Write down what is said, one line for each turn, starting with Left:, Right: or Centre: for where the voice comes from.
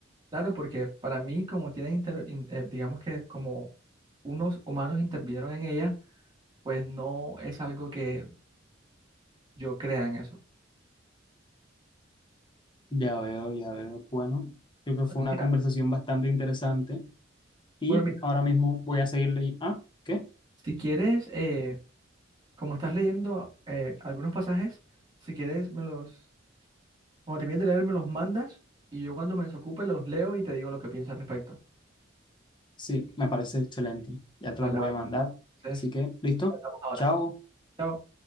Right: Claro, porque para mí, como tienen, inter- in- eh, digamos que como unos humanos intervinieron en ella, pues no es algo que yo crea en eso.
Left: Ya veo, ya veo. Bueno, creo que fue
Right: O
Left: una
Right: mira,
Left: conversación bastante interesante y
Right: bueno, mira,
Left: ahora mismo voy a seguirle. Ah, ¿qué?
Right: si quieres... eh, Como estás leyendo eh, algunos pasajes, si quieres me los, cuando termines de leer, me los mandas y yo cuando me desocupe los leo y te digo lo que pienso al respecto.
Left: Sí, me parece excelente. Ya te
Right: Vale,
Left: los voy
Right: vale.
Left: a mandar.
Right: Entonces,
Left: Así que, listo.
Right: hablamos ahora.
Left: Chao.
Right: Chao.